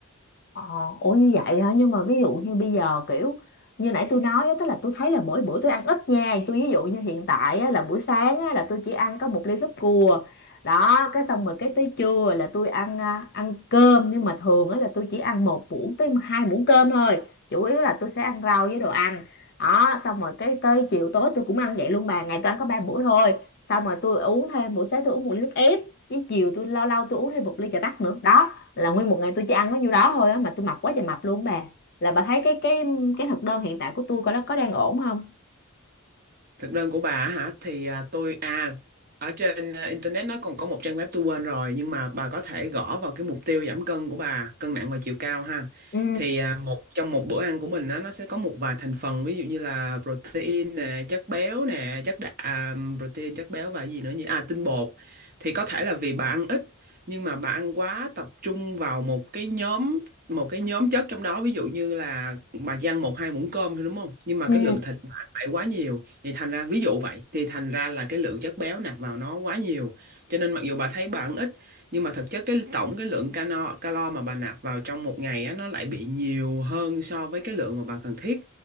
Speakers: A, on the left; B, on the right.
A: Ờ, ủa như vậy hả? Nhưng mà ví dụ như bây giờ kiểu như nãy tôi nói á, tức là tôi thấy là mỗi bữa tôi ăn ít nha. Tôi ví dụ như hiện tại á, là buổi sáng á, là tôi chỉ ăn có một ly súp cua. Đó, cái xong rồi cái tới trưa là tôi ăn à, ăn cơm nhưng mà thường á là tôi chỉ ăn một muỗng tới hai muỗng cơm thôi. Chủ yếu là tôi sẽ ăn rau với đồ ăn. Đó, xong rồi cái tới chiều tối tôi cũng ăn vậy luôn bà, ngày tôi ăn có ba bữa thôi. Xong rồi tôi uống thêm buổi sáng tôi uống một ly nước ép, với chiều tôi lâu lâu tôi uống thêm một ly trà tắc nữa. Đó là nguyên một ngày tôi chỉ ăn có nhiêu đó thôi á mà tôi mập quá trời mập luôn bà là bà thấy cái cái cái thực đơn hiện tại của tôi coi nó có đang ổn không
B: Thực đơn của bà á hả? Thì à, tôi à ở trên à, internet nó còn có một trang web tôi quên rồi nhưng mà bà có thể gõ vào cái mục tiêu giảm cân của bà, cân nặng và chiều cao ha.
A: ừ
B: Thì à, một trong một bữa ăn của mình á, nó sẽ có một vài thành phần ví dụ như là protein nè, chất béo nè, chất đạm, à, protein, chất béo và gì nữa nhỉ? À tinh bột. Thì có thể là vì bà ăn ít nhưng mà bà ăn quá tập trung vào một cái nhóm một cái nhóm chất trong đó ví dụ như là bà chỉ ăn một hai muỗng cơm thôi đúng không nhưng mà
A: ừ
B: cái lượng thịt bà ăn lại quá nhiều thì thành ra ví dụ vậy thì thành ra là cái lượng chất béo nạp vào nó quá nhiều cho nên mặc dù bà thấy bà ăn ít nhưng mà thực chất cái tổng cái lượng calo calo mà bà nạp vào trong một ngày á nó lại bị nhiều hơn so với cái lượng mà bà cần thiết